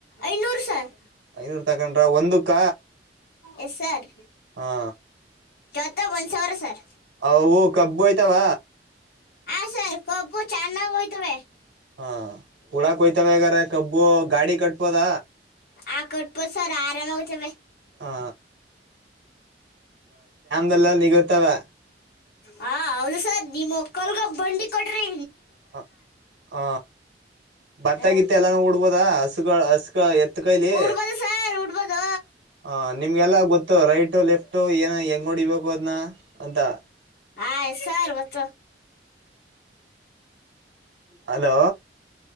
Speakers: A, on the left; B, on the right.
A: ಐನೂರು ಸರ್
B: ಐನೂರ್ ತಗೊಂಡ್ರ ಒಂದುಕ್ಕ?
A: ಎಸ್ ಸರ್
B: ಹಾ
A: ತ್ತ ಒಂದ್ ಸಾವರ ಸರ್
B: ಅವು ಕಬ್ಬು ಓಯ್ತವ?
A: ಹಾ ಸರ್ ಕೊಬ್ಬು ಚನ್ನಾಗ್ ಓಯ್ತವೇ
B: ಹಾ ಹುಳಾಕ್ ಒಯ್ತವೆ ಆಗಾರೆ ಕಬ್ಬು ಗಾಡಿ ಕಟ್ಬೋದ?
A: ಆ ಕೊಟ್ಬೋದು ಸರ್ ಆರಾಮ ಓಯ್ತಾವೇ
B: ಹಾ ದಲ್ಲ ನಿಗುರ್ತವೆ
A: ಹ ಹೌದು ಸರ್ ನಿಮ್ಮ್ ಮಕ್ಕಲ್ಗ ಬಂಡಿ ಕೊಟ್ರಿ
B: ಹ ಹ ಭತ್ತಾಗಿತ್ತ
A: ಹ್ಮ್
B: ಎಲ್ಲಾನೂ ಉಡ್ಬೋದ ಹಸ್ಹಸು ಎತ್ತ ಕೈಲಿ
A: ಉಡ್ಬೋದು ಸರ್ ಉಡ್ಬೋದು
B: ಹ ನಿಮ್ಗೆಲ್ಲ ಗೊತ್ತು ರೈಟ ಲೆಫ್ಟು ಏನ ಹೆಂಗ್ ಹೊಡಿಬೇಕು ಅದ್ನ್ ಅಂತ
A: ಆ ಸರ್ ಗೊತ್ತು
B: ಹಲೋ